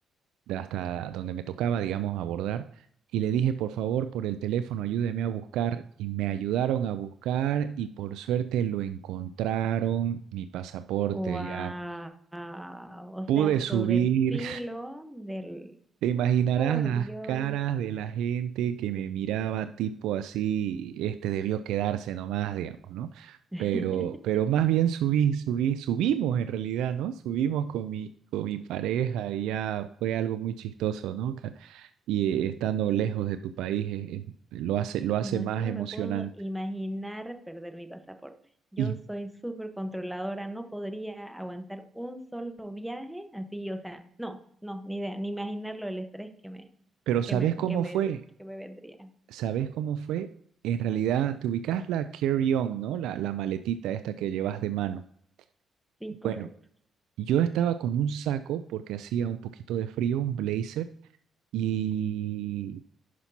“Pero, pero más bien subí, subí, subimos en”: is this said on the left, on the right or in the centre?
Right